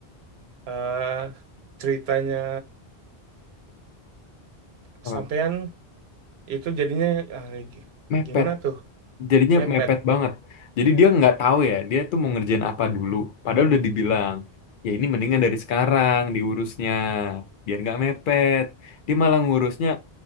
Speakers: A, on the right; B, on the left.
A: eh, ceritanya Kesampean
B: apa
A: itu jadinya ah, gi-
B: mepet
A: gimana tuh?
B: jadinya
A: Mepet.
B: mepet banget jadi dia nggak tahu ya dia tuh mau ngerjain apa dulu padahal udah dibilang ya ini mendingan dari sekarang diurusnya biar nggak mepet dia malah ngurusnya